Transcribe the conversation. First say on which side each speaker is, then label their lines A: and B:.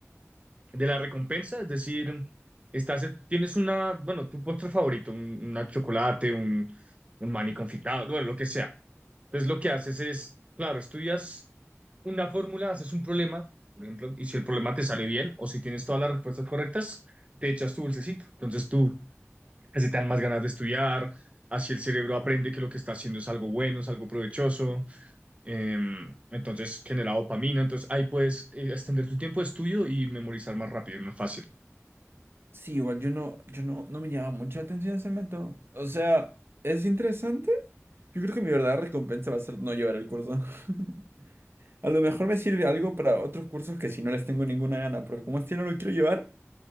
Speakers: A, on the right; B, on the right.
A: de la recompensa, es decir, estás, tienes una, bueno, tu postre favorito, un, una chocolate, un, un maní confitado, bueno, lo que sea. Entonces lo que haces es, claro, estudias una fórmula, haces un problema, por ejemplo, y si el problema te sale bien o si tienes todas las respuestas correctas, te echas tu dulcecito. Entonces tú, así te dan más ganas de estudiar, así el cerebro aprende que lo que está haciendo es algo bueno, es algo provechoso, em, entonces genera dopamina, entonces ahí puedes eh, extender tu tiempo de estudio y memorizar más rápido, más fácil.
B: Sí, igual yo no, yo no, no me llama mucha atención ese método. O sea, es interesante. Yo creo que mi verdadera recompensa va a ser no llevar el curso. <laughs> A lo mejor me sirve algo para otros cursos que si no les tengo ninguna gana, pero como este no lo quiero llevar,